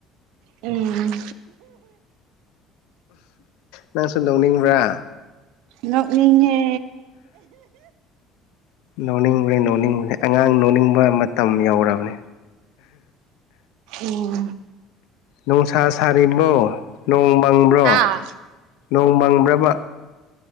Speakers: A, on the right (about 75°); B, on the left (about 80°).
A: ꯎꯝ
B: ꯅꯪꯁꯨ ꯅꯣꯛꯅꯤꯡꯕ꯭ꯔꯥ
A: ꯅꯣꯛꯅꯤꯉꯦ
B: ꯅꯣꯛꯅꯤꯡꯕꯅꯤ ꯅꯣꯛꯅꯤꯡꯕꯅꯤ ꯑꯉꯥꯡ ꯅꯣꯛꯅꯤꯡꯕ ꯃꯇꯝ ꯌꯧꯔꯕꯅꯤ
A: ꯎꯝ
B: ꯅꯨꯡꯁꯥ ꯁꯔꯤꯕ꯭ꯔꯣ ꯅꯣꯡꯃꯪꯕ꯭ꯔꯣ
A: ꯍꯥꯥ
B: ꯅꯣꯡꯃꯪꯕ꯭ꯔꯕ